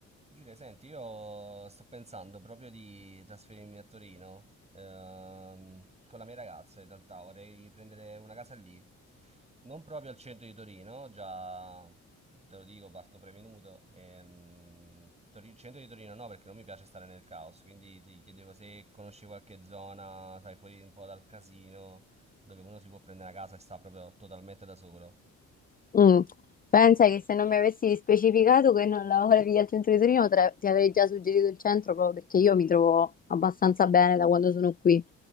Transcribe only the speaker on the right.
Giulia, senti, io sto pensando proprio di trasferirmi a Torino, ehm, con la mia ragazza in realtà, vorrei prendere una casa lì, non proprio al centro di Torino, già te lo dico, parto prevenuto, ehm, Tori- centro di Torino no perché non mi piace stare nel caos, quindi ti chiedevo se conosci qualche zona, sai, fuori un po' dal casino, dove uno si può prendere una casa e sta proprio totalmente da solo.